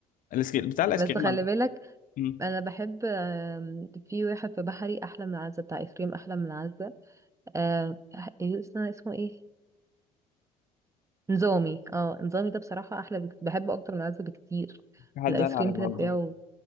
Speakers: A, on the left (about 45°); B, on the right (about 15°).
A: الاسكيل بتاع الايس
B: بس
A: كريم
B: خلي
A: عم-
B: بالك
A: مم.
B: أنا بحب آم، في واحد في بحري أحلى من عزة بتاع إفريم أحلى من عزة آه، إيه اسمه اسمه إيه نظامي اه نظامي ده بصراحة أحلى بك... بحبه أكتر من العزة بكتير
A: في حد
B: الآيس
A: قال عليه
B: كريم
A: برضه
B: كده بتاعه